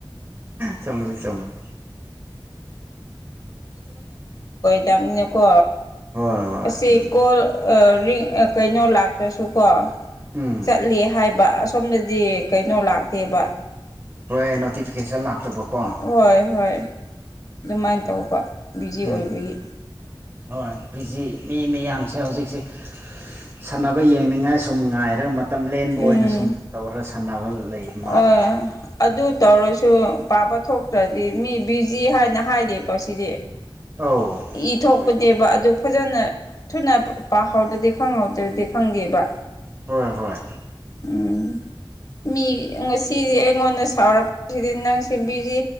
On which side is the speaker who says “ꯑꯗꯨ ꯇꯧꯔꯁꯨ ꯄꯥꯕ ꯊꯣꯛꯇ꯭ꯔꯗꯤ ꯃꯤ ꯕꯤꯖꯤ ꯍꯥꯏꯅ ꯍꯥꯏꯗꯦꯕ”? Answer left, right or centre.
Left